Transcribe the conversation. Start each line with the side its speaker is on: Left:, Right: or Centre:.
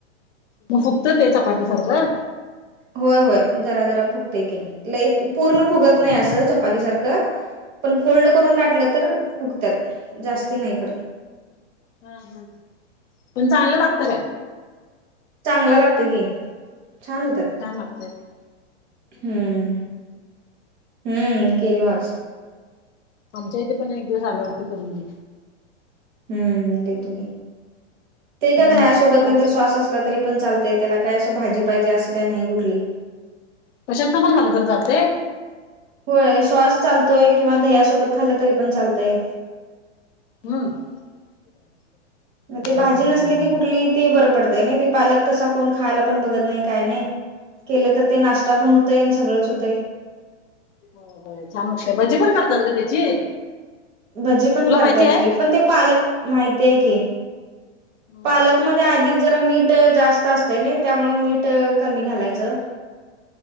Left: मग फुगत ते चपातीसारख
Right: होय होय. जरा जरा फुगतय की लई पूर्ण
Left: हम्म
Right: फुगत
Left: हम्म
Right: नाही असं चपाती सारखं पण फोल्ड करून लाटलं तर फुगत्यात जास्ती नाही खर
Left: ह हा. पण चांगलं लागतं काय?
Right: चांगला लागतय की, छान होतात.
Left: छान लागत्यात.
Right: हम्म. हम्म केलो आज.
Left: आमच्या इथे पण एक दिवस आल्यावरती करून दे.
Right: हम्म. देतो की ते काय
Left: मग
Right: दह्यासोबत नाहीतर
Left: आज
Right: सॉस असला तरी पण चालतय. त्याला काय असं भाजी पाहिजे असं काय नाही कुठली.
Left: कशातन पण खाल्लं तर चालतंय?
Right: होय. सॉस चालतोय किंवा दह्यासोबत खाल्लं तरी पण चालतंय.
Left: हम्म. <inaudible>
Right: ग ते भाजी
Left: हम्म
Right: नसली
Left: हम्म
Right: की कुठली ते बरं पडतय नाही ते पालक तसा कोण खायला पण बघत नाही काय नाही. केलं तर ते नाश्ता
Left: हा हा
Right: पण होतय आणि सगळंच हुतंय.
Left: हो हो छान वाटतय. भजी पण करतात ग त्याची.
Right: भजी पण
Left: तुला
Right: करत्यात
Left: माहिती आहे?
Right: की, पण ते पालक माहिती आहे की.
Left: हम्म
Right: पालकमध्ये
Left: हम्म
Right: आधीच जरा मीठ जास्त असतय ने त्यामुळ मीठ कमी घालायचं.